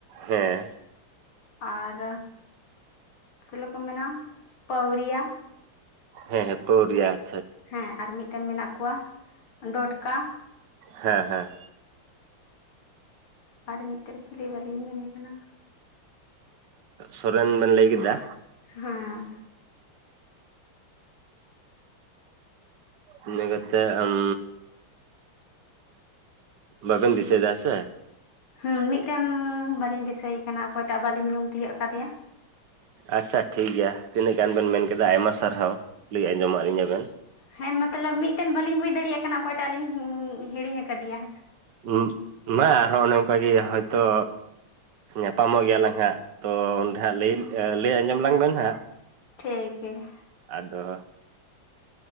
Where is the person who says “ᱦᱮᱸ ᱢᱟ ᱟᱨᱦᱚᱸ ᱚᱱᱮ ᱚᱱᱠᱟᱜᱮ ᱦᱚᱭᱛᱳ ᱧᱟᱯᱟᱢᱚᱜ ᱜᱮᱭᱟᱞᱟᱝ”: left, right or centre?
Right